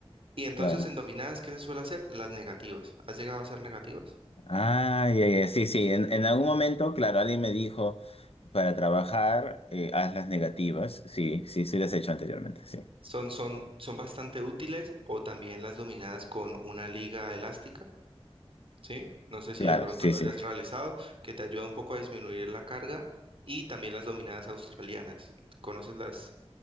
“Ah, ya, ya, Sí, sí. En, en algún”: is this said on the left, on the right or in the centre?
Left